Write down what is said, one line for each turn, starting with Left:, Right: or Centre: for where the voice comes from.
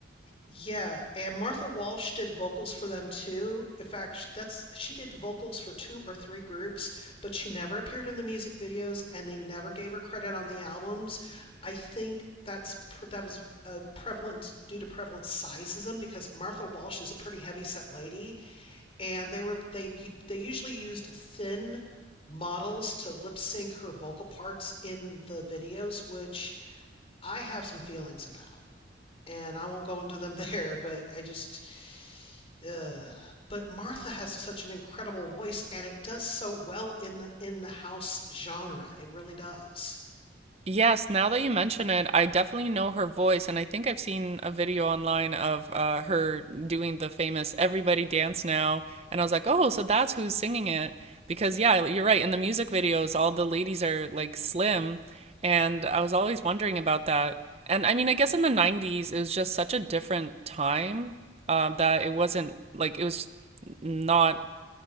Left: Yeah, and Martha Walsh did vocals for them too. In fact, that's she did vocals for two or three groups, but she never appeared in the music videos and they never gave her credit on the albums. I think that's that was a prevalent due to prevalent sizeism because Martha Walsh is a pretty heavy set lady and they were they they usually used thin models to lip sync her vocal parts in the videos, which I have some feelings about and I won't go into them <laughs> there, but I just. Uh, but Martha has such an incredible voice, and it does so well in the, in the house genre. It really does.
Right: Yes, now that you mention it, I definitely know her voice, and I think I've seen a video online of uh, her doing the famous Everybody Dance Now. And I was like, oh, so that's who's singing it. Because, yeah, you're right. In the music videos, all the ladies are like slim. And I was always wondering about that. And I mean, I guess in the 90s, it was just such a different time um, that it wasn't like it was not